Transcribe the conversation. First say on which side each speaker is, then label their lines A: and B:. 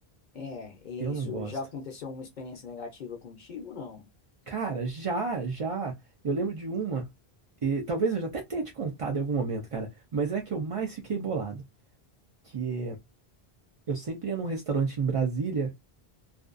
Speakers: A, on the left; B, on the right.
A: É, e
B: Eu não
A: isso
B: gosto.
A: já aconteceu uma experiência negativa contigo, não?
B: Cara, já, já. Eu lembro de uma. E, talvez eu já até tenha te contado em algum momento, cara. Mas é a que eu mais fiquei bolado. Que eu sempre ia num restaurante em Brasília,